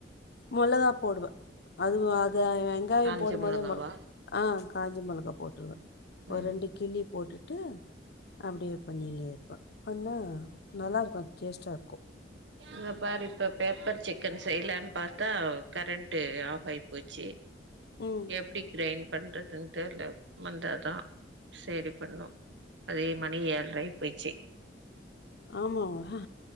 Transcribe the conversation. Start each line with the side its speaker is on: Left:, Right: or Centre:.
Left: மிளகா போடுவ அது அது வெங்காய
Right: காஞ்ச
Left: போடுபோதே
Right: மிளகாவா
Left: மோள ஆ காஞ்ச மிளகா போட்டுருவே ஒரு
Right: ம்
Left: ரெண்டு கிள்ளி போட்டுட்டு அப்டியே பண்னினே இருப்ப பண்ணா நல்லா இருக்கு அது டேஸ்ட்டா இருக்கு
Right: யா பாரு இப்ப பெப்பர் சிக்கன் செய்யலானு பாத்தா கரண்ட்டு ஆஃப் ஆகி போச்சு
Left: ம்
Right: எப்டி கிரைண் பண்றதுன்னு தெர்ல வந்தாதா சேரி பண்ணு அதே மணி ஏழார ஆயி போச்சு
Left: ஆமா வா